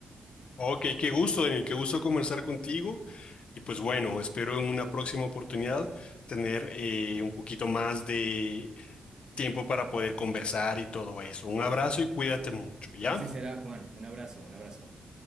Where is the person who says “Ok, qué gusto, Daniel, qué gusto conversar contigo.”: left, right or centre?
Left